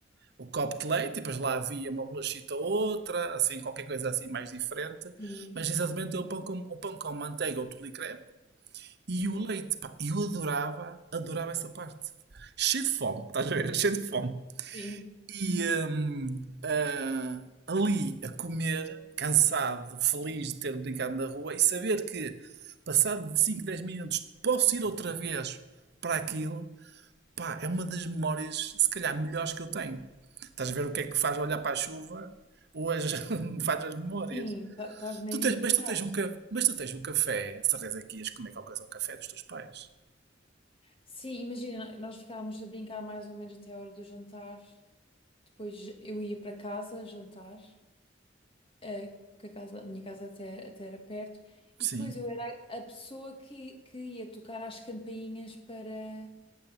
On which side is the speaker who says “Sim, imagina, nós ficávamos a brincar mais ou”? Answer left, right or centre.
Left